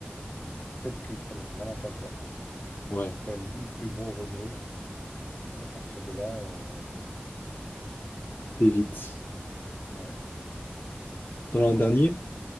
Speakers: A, on the left; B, on the left.
A: peut-être qu'il fallait vraiment pas le faire, quoi.
B: Ouais,
A: Donc, ouais, le plus gros regret. Et à partir de là, euh,
B: t'évites.
A: ouais.
B: T'en as un dernier?